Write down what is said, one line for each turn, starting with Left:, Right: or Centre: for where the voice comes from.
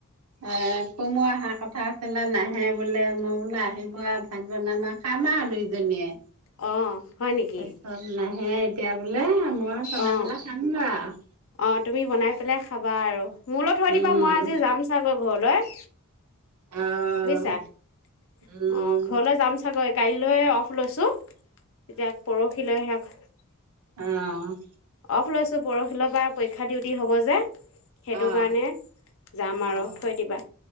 Right: এ, কুমু অহা কথা আছিলে নাহে বোলে মই বোলে আহিব ভান বনাম আৰ খাম আৰু দুইজনীয়ে।
Left: অ'। হয় নেকি?
Right: তাৰপিছত নাহে এতিয়া বোলে মই বনাই
Left: অ'
Right: পেলাই খাম গৈ আৰু।
Left: অ' তুমি বনাই পেলাই খাবা আৰু, মোলৈ থৈ
Right: উম
Left: দিবা মই আজি যাম চাগৈ ঘৰলৈ।
Right: আহ
Left: বুজিছা, অ'
Right: উম
Left: ঘৰলৈ যাম চাগৈ। কাইলৈ অফ লৈছোঁ, তেতিয়া পৰহিলৈ <unintelligible>
Right: অ'।
Left: অফ লৈছোঁ পৰহি লৈ পৰা পৰীক্ষা ডিউটি হ'ব যে সেইটো
Right: আহ
Left: কাৰণে যাম আৰু
Right: আহ
Left: থৈ দিবা